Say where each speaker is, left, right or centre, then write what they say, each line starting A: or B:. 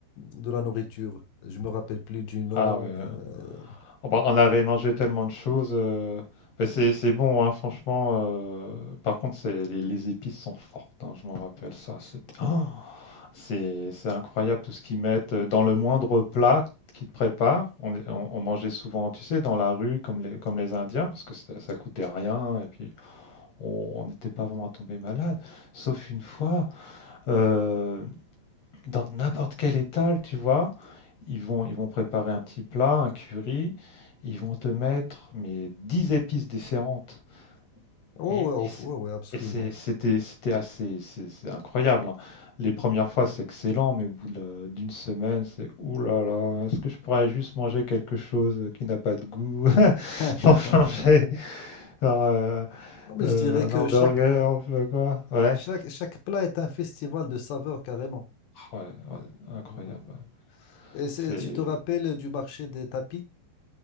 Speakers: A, on the left; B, on the left.
A: de la nourriture? Je me rappelle plus du nom.
B: Ah ouais.
A: euh,
B: Oh bah, on avait mangé tellement de choses. euh, mais c'est c'est bon, hein, franchement. euh, Par contre, c'est- les, les épices sont fortes. hein, je m'en rappelle ça. C'était. Oh C'est c'est incroyable tout ce qu'ils mettent euh, dans le moindre plat qu'ils te préparent. On, on- on mangeait souvent, tu sais, dans la rue comme les, comme les Indiens parce que c'était- ça coûtait rien et puis on on n'était pas vraiment tombé malade. Sauf une fois, euh, dans n'importe quel étal, tu vois, ils vont, ils vont préparer un petit plat, un curry, ils vont te mettre mais 10 épices différentes.
A: Oh
B: Et et
A: ouais,
B: c'est
A: ouais, ouais, absolument.
B: et c'est c'était c'était assez c'est c'est incroyable, hein. Les premières fois, c'est excellent, mais au bout de la d'une semaine, c'est: «Ouh là là, est-ce que je pourrais juste manger quelque chose, qui n'a pas de goût?»
A: <laughs>
B: <laughs> pour changer, genre, heu
A: Non, mais
B: heu,
A: je dirais
B: un
A: que
B: hamburger
A: chaque,
B: ou je sais pas quoi. Ouais.
A: chaque, chaque plat est un festival de saveurs carrément.
B: Ouais, ouais,
A: Euh,
B: incroyable,
A: ouais.
B: ouais.
A: Et c'est-
B: C'est
A: tu te rappelles du marché des tapis?